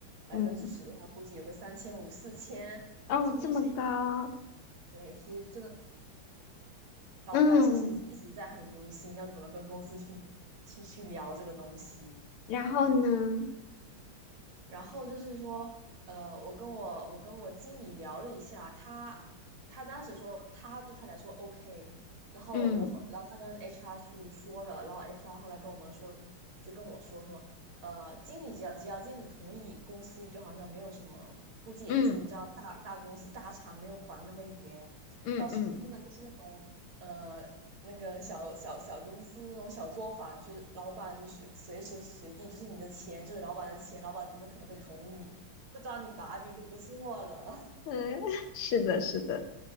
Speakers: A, on the right; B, on the left.
A: 百分之十的话，
B: 嗯，
A: 估计有个三千五四千，四千真的是一笔
B: 哦，这么高，
A: 对，其实真的。然后我当时其实一直在很忧心，
B: 嗯，
A: 要怎么跟公司去去去聊这个东西。
B: 然后呢，
A: 然后就是说，呃，我跟我我跟我经理聊了一下，他他当时说他对他来说 OK，然后我后然后他跟
B: 嗯
A: HR 去说了，然后 HR 后来跟我们说，就跟我说说，呃，经理只要只要经理同意，公司就好像没有什么，估计也就是你知道大大公司大厂没有管那么严，
B: 嗯嗯嗯
A: 要是真的就是那种。呃，那个小小小公司那种小作坊，就是老板就随随时随地就是你的钱就是老板的钱，老板怎么可能会同意不抓你把柄就不错了？
B: 嗯，<laughs> 是的，是的，